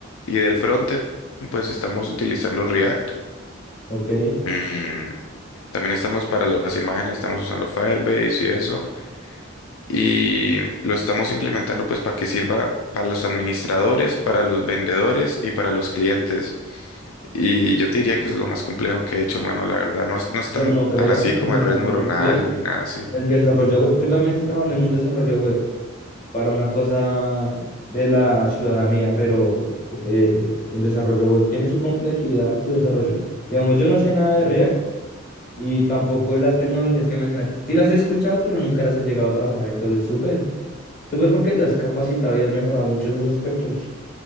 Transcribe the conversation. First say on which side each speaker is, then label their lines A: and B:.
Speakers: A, on the left (about 85°); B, on the left (about 45°).
A: y del frontend, pues estamos utilizando React.
B: ok,
A: Mm, También estamos para las imágenes, estamos usando Firebase y eso. Y lo estamos implementando pues para que sirva para los administradores, para los vendedores y para los clientes. Y yo te diría que es lo más complejo que he hecho, mano, la verdad. No, es- no es
B: pero
A: tan,
B: no creas
A: tan así
B: el
A: como
B: desarrollo
A: de redes neuronales
B: web.
A: ni nada así.
B: El desarrollo web, yo también estoy trabajando en un desarrollo web para una cosa de la ciudadanía, pero eh, el desarrollo web tiene su complejidad, su desarrollo. Digamos, yo no sé nada de React Y tampoco de las tecnologías que mencionaste. Sí las he escuchado, pero nunca las he llegado a trabajar. Entonces, súper, súper porque te has capacitado y has mejorado mucho esos aspectos.